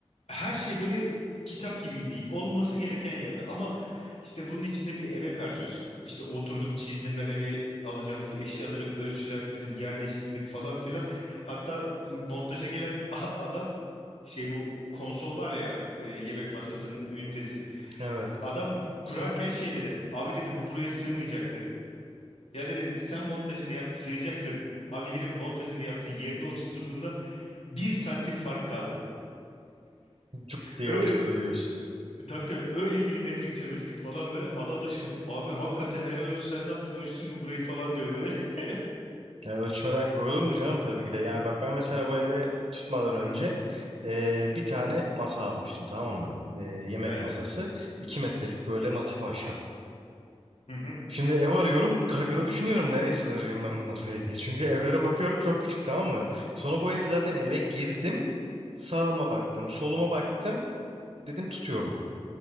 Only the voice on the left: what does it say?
her şey böyle kitap gibiydi. Olması gereken yerde. Ama işte bunun içinde bir emek harcıyorsun. İşte oturdum çizdim ben evi alacağımız eşyaları ölçülendirdim, yerleştirdik falan filan. Hatta montaja gelen <laughs> adam şey bu konsol var ya e, yemek masasının ünitesi.
Adam kurarken şey dedi. Abi dedi bu buraya sığmayacak dedi. Ya dedim sen montajını yap sığacak dedim. Abi herif montajını yaptı yerine oturtturduğunda bir santim fark kaldı.
Öyle,
tabii tabii öyle milimetrik çalıştık falan böyle. Adam da şaşırdı. Abi hakikaten helal olsun sen ne yaptın ölçtün mü burayı falan diyor böyle. <laughs>
Hı hı.
Evet.
Hı hı.